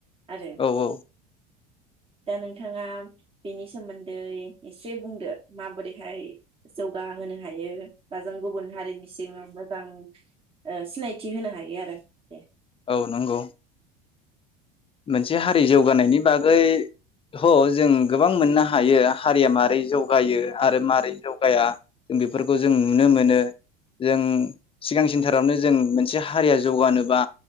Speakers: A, on the right; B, on the left.
A: आरो
B: औ औ
A: दा नोंथांङा बेनि सोमोन्दै एसे बुंदो माबोरैहाय जौगाहोनो हायो बा जों गुबुन हारिनि सिंआव मोजां ओ सिनायथि होनो हायो आरो दे
B: औ नंगौ। मोनसे हारि जौगानायनि बागै ह जों गोबां मोननो हायो हारिया मारै जौगायो आरो मारै जौगाया जों बेफोरखौ जों नुनो मोनो जों सिगां सिनथारावनो जों मोनसे हारिया जौगानोबा